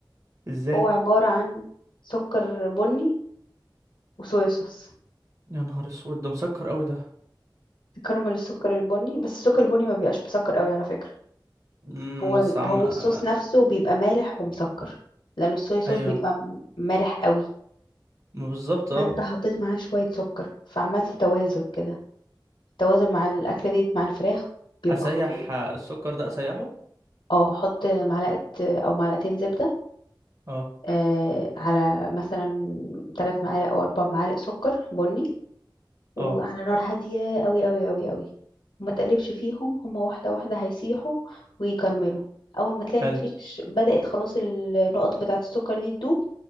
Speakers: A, on the right; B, on the left.
A: ازاي
B: هو عبارة عن سكر بني وصويا صوص
A: يا نهار اسود ده مسكر قوي ده
B: تكرمل السكر البني بس السكر البني ما بيبقاش مسكر قوي على فكرة
A: امم
B: هو
A: بس عم
B: هو
A: آه،
B: الصوص
A: آه،
B: نفسه بيبقى مالح ومسكر لان الصويا صوص
A: ايوه
B: بيبقى م- مالح قوي
A: ما بالظبط
B: فانت
A: اه
B: حطيت معاه شوية سكر فعملت توازن كده التوازن مع الاكلة دي مع الفراخ بيبقى
A: اسيح
B: خطير
A: آه، السكر ده اسيحه
B: اه حط معلقة او معلقتين زبدة
A: اه
B: آه، على مثلا ثلاث معالق او اربع معالق سكر بني وعلى
A: اه
B: نار هاديه قوي قوي قوي قوي وما تقلبش فيهم هما واحده واحده هيسيحوا ويكرملوا اول ما تلاقي
A: حلو
B: مفيش بدأت خلاص النقط بتاعه السكر دي تدوب